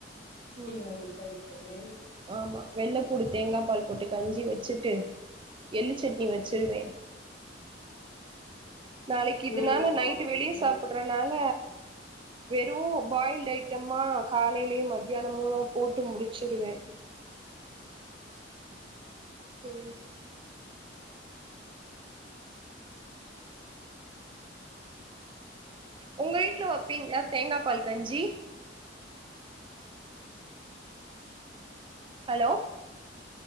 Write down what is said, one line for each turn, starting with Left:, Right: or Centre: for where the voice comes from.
Right: ம்
Left: உம் சரி சரி
Right: ஆமா வெள்ளபூடு தேங்கா பால் போட்டு கஞ்சி வச்சுடு எள்ளு சட்னி வச்சிருவே நாளைகு இதனால
Left: ம்
Right: நைட்
Left: ஓகே
Right: வெளிய
Left: ஓகே
Right: சாப்பிறனால வெறு பாயில்டு ஐடமா காலையிலயும் மதியானமு போட்டு முடிச்சிருவே உம் உங்க வீட்ல வபீங்களா தேங்கா பால் கஞ்சி ஹலோ